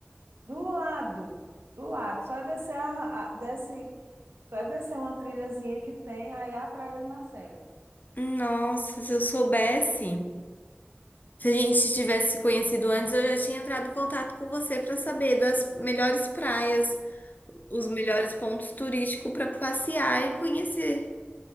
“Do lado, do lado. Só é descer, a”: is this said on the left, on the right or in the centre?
Right